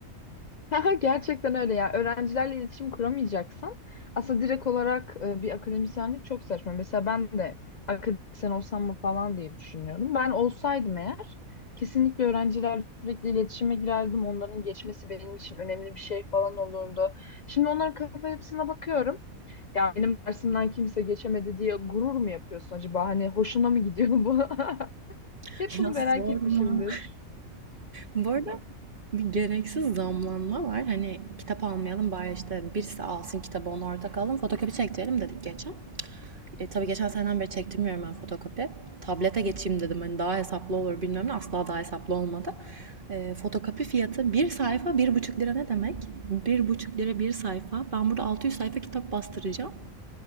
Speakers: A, on the left; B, on the right.
A: <laughs> Haha, Gerçekten öyle ya. Öğrencilerle iletişim kuramayacaksın. Aslında direkt olarak e, bir akademisyenlik çok saçma. Mesela ben de akademisyen olsam mı falan diye düşünüyordum. Ben olsaydım eğer kesinlikle öğrencilerle sürekli iletişime girerdim. Onların geçmesi benim için önemli bir şey falan olurdu. Şimdi onların kafa yapısına bakıyorum. Ya benim dersimden kimse geçemedi diye gurur mu yapıyorsun acaba? Hani hoşuna mı gidiyor bu? <laughs>
B: <laughs>
A: Hep bunu
B: Ya
A: merak
B: sorma.
A: etmişimdir.
B: Bu arada bir gereksiz zamlanma var. Hani kitap almayalım bari işte birisi alsın kitabı onu ortak alalım. Fotokopi çektirelim dedik geçen. E, tabii geçen seneden beri çektirmiyorum ben fotokopi. Tablete geçeyim dedim hani daha hesaplı olur bilmem ne. Asla daha hesaplı olmadı. E, fotokopi fiyatı bir sayfa bir buçuk lira ne demek? Bir buçuk lira bir sayfa. Ben burada 600 sayfa kitap bastıracağım.